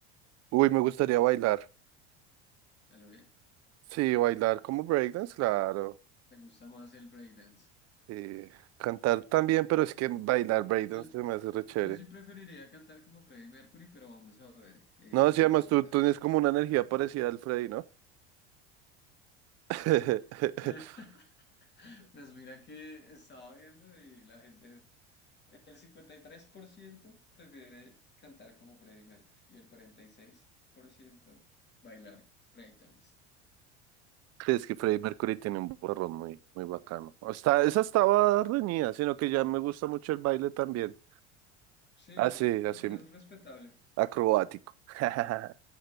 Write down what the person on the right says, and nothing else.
Uy, me gustaría bailar.
Sí, bailar como breakdance, claro.
Eh, cantar también, pero es que bailar breakdance
se me hace re chévere.
No, sí,
además tú, tú tienes como una energía parecida al Freddy, ¿no? <laughs>
Sí, es que Freddie Mercury tiene un borrón muy, muy bacano. O Está, esa estaba reñida, sino que ya me gusta mucho el baile también.
Así,
así,
acrobático. <laughs>